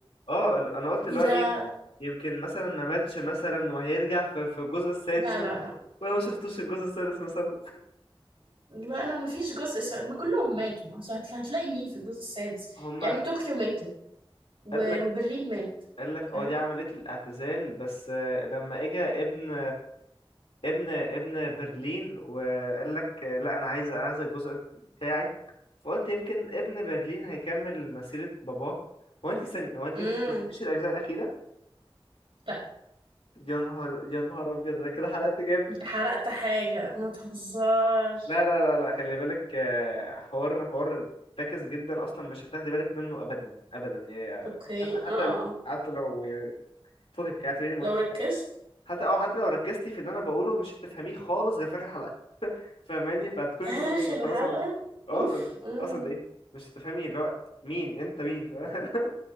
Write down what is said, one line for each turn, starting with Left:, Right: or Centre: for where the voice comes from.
Left: اه ال- انا قلت اللي
Right: إيه ده
Left: هو ايه يمكن مثلا ما ماتش مثلا وهيرجع في, في الجزء السادس
Right: لا
Left: و-
Right: لا لا
Left: وانا ما شفتوش الجزء السادس مثلا
Right: لا لا ما فيش جزء س... ما كلهم ماتوا أصل هت- هتلاقي مين في الجزء السادس
Left: هما
Right: يعني طوكيو ماتت و...
Left: قال لك
Right: وبرلين مات
Left: قال لك
Right: فاهم
Left: اه دي عمليه الاعتزال بس آه، لما اجى ابن ابن ابن برلين وقال لك آه، لا انا عايز انا عايز الجزء بتاعي فقلت يمكن ابن برلين هيكمل مسيرة باباه هو انت ثانية هو انت
Right: امم
Left: مش شفتيش الاجزاء الاخيرة
Right: لا
Left: يا نهار يا نهار ابيض انا كده حرقت جامد
Right: انت حرقت حاجة ما تهزرش
Left: لا لا لا لا خلي بالك آه، حوار حوار فاكس جدا اصلا مش هتاخدي بالك منه ابدا ابدا يعني آه،
Right: اوكي
Left: حتى حتى
Right: اه اه
Left: ال-
Right: آه.
Left: حتى لو يعني فكك اعتبريني ما
Right: لو
Left: قلتش
Right: ركزت
Left: حاجة. حتى او حتى لو ركزتي في اللي انا بقوله مش هتفهميه خالص غير في اخر حلقة فاهماني فهتكون
Right: اخر
Left: انت برضه بتخلصي
Right: حلقة
Left: من- اه
Right: اوف
Left: صدق
Right: امم
Left: اه صدقيني مش هتفهمي اللي هو مين انت مين ف... <laughs>